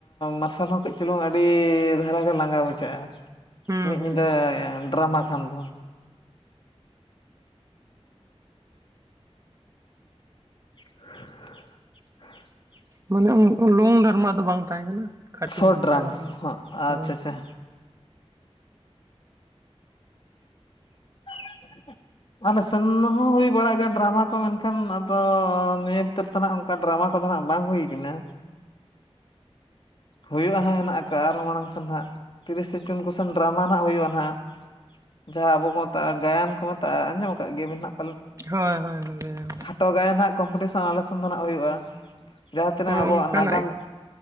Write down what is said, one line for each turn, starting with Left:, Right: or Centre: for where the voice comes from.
Left: ᱢᱟᱨᱥᱟᱞ ᱦᱚᱸ ᱠᱟᱹᱡ ᱪᱩᱞᱩᱝ ᱟᱹᱰᱤ ᱫᱷᱟᱨᱟ ᱜᱮ ᱞᱟᱸᱜᱟ ᱵᱩᱡᱷᱟᱹᱜᱼᱟ
Right: ᱦᱩᱸ
Left: ᱢᱤᱫ
Right: ᱦᱩᱸ
Left: ᱧᱤᱫᱟᱹ ᱰᱨᱟᱢᱟ ᱠᱷᱟᱱ ᱫᱚ <inaudible> <unintelligible>
Right: ᱢᱟᱱᱮ ᱞᱚᱝ ᱰᱟᱨᱢᱟ ᱫᱚ ᱵᱟᱝ ᱛᱟᱦᱮᱸ ᱠᱟᱱᱟ ᱠᱷᱟᱴᱩ
Left: ᱥᱚᱨᱴ
Right: ᱢᱟᱪᱷᱟ
Left: ᱰᱨᱟᱢᱟ
Right: ᱰᱟᱨᱢᱟ
Left: ᱟᱪᱪᱷᱟ
Right: ᱦᱮᱸ
Left: ᱟᱪᱪᱷᱟ <unintelligible> ᱟᱞᱮ ᱥᱮᱱ ᱦᱚᱸ ᱦᱩᱭ ᱵᱟᱲᱟᱜ ᱜᱮᱭᱟ ᱰᱨᱟᱢᱟ ᱠᱚ ᱢᱮᱱᱠᱷᱟᱱ ᱟᱫᱚ ᱱᱤᱭᱟᱹ ᱵᱷᱤᱛᱤᱨ ᱛᱮ ᱱᱟᱜ ᱚᱱᱠᱟ ᱰᱨᱟᱢᱟ ᱠᱚᱫᱚ ᱦᱟᱸᱜ ᱵᱟᱝ ᱦᱩᱭ ᱠᱟᱱᱟ᱾ ᱦᱩᱭᱩᱜᱼᱟ ᱦᱟᱸᱜ ᱦᱮᱱᱟᱜ ᱟᱠᱟᱫᱼᱟ ᱟᱨᱦᱚᱸ ᱢᱟᱲᱟᱝ ᱥᱮᱱ ᱦᱟᱸᱜ ᱛᱤᱨᱤᱥᱮ ᱡᱩᱱ ᱠᱚᱥᱮᱱ ᱰᱨᱟᱢᱟ ᱱᱟᱸᱜ ᱦᱩᱭᱩᱜᱼᱟ ᱦᱟᱸᱜ ᱡᱟᱦᱟᱸ ᱟᱵᱚ ᱵᱚᱱ ᱢᱮᱛᱟᱜᱼᱟ ᱜᱟᱭᱟᱱ ᱠᱚ ᱢᱮᱛᱟᱜᱼᱟ ᱟᱸᱡᱚᱢ ᱟᱠᱟᱫ ᱜᱮᱭᱟᱵᱤᱱ ᱦᱟᱸᱜ
Right: ᱦᱳᱭ ᱦᱳᱭ ᱦᱳᱭ ᱜᱟᱭᱟᱱ
Left: ᱛᱚ ᱜᱟᱭᱟᱱ ᱱᱟᱸᱜ ᱠᱚᱢᱯᱤᱴᱤᱥᱮᱱ ᱟᱞᱮ ᱥᱮᱱ ᱫᱚ ᱱᱟᱸᱜ ᱦᱩᱭᱩᱜᱼᱟ ᱡᱟᱦᱟᱸ ᱛᱤᱱᱟᱹᱜ
Right: ᱦᱳᱭ
Left: ᱟᱵᱚᱣᱟᱜ
Right: ᱚᱱᱠᱟᱱᱟᱜ
Left: ᱱᱟᱜᱟᱢ
Right: ᱜᱮ